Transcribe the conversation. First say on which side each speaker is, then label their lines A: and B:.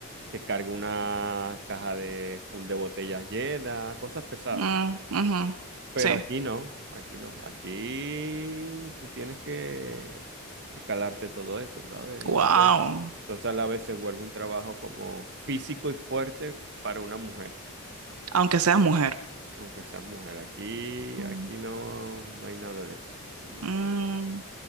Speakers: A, on the right; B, on the right.
A: que cargue una caja de full de botellas llenas, cosas pesadas.
B: Mm, ujú,
A: Pero
B: Sí.
A: aquí no, aquí no. Aquí tú tienes que, que calarte todo eso, ¿sabes? Entonces,
B: Wow.
A: entonces a la vez se vuelve un trabajo como físico y fuerte para una mujer.
B: Aunque seas mujer.
A: Aunque seas mujer, aquí,
B: Mm.
A: aquí no, no hay nada de eso. Aquí,
B: Mm,